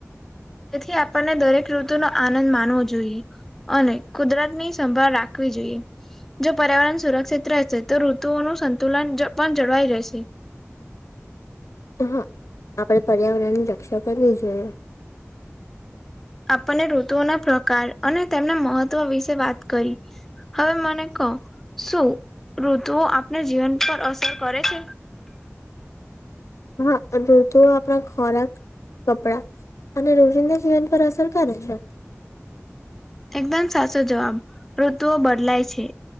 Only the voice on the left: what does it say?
હા આપડે પર્યાવરણ ની રક્ષા કરવી જોઈએ.
હા ઋતુઓ આપણા ખોરાક કપડા અને રોજિંદા જીવન પર અસર કરે છે